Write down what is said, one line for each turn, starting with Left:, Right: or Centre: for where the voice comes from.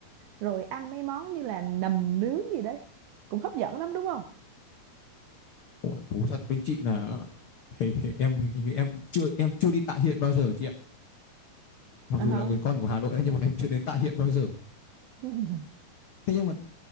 Right: rồi ăn mấy món như là nầm nướng gì đấy cũng hấp dẫn lắm đúng không
Left: Ủa, thú thật với chị là hề, hề, em hình như em cũng chưa em chưa đi tạ hiện bao giờ chị ạ mặc
Right: Ờ
Left: dù
Right: hả.
Left: là người con của Hà Nội đấy nhưng mà em chưa đến tạ hiện bao giờ
Right: <laughs>
Left: thế nhưng mà